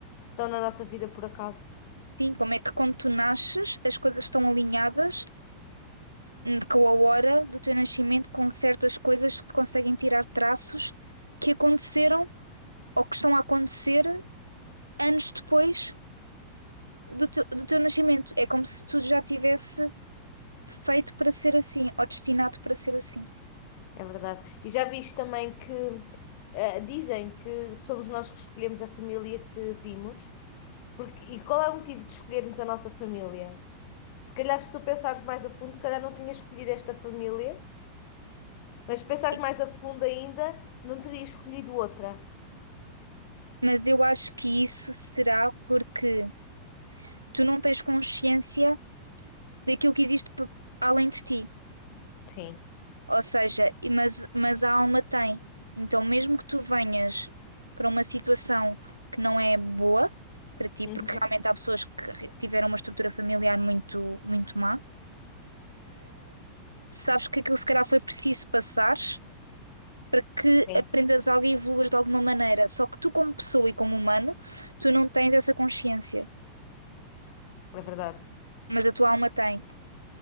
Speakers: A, on the left; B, on the right.
A: estão na nossa vida por acaso.
B: Sim, como é que quando tu nasces, as coisas estão alinhadas hum, com a hora do teu nascimento, com certas coisas que te conseguem tirar traços que aconteceram ou que estão a acontecer anos depois do teu, do teu nascimento. É como se tudo já tivesse feito para ser assim, ou destinado para ser assim.
A: É verdade. E já viste também que eh, dizem que somos nós que escolhemos a família que vimos. Porque, e qual é o motivo de escolhermos a nossa família? Se calhar, se tu pensares mais a fundo, se calhar não tinha escolhido esta família, mas se
B: Sim.
A: pensares mais a fundo ainda, não teria escolhido outra.
B: Mas eu acho que isso será porque tu não tens consciência daquilo que existe p- além de ti.
A: Sim.
B: Ou seja, e- mas, mas a alma tem. Então, mesmo que tu venhas para uma situação que não é boa para ti,
A: Uhum.
B: porque realmente há pessoas que re- tiveram uma estrutura familiar muito, muito má, sabes que aquilo se calhar foi preciso passares para que
A: Sim,
B: aprendas algo e evoluas de alguma maneira. Só que tu, como pessoa e como humano, tu não tens essa consciência,
A: é verdade.
B: mas a tua alma tem.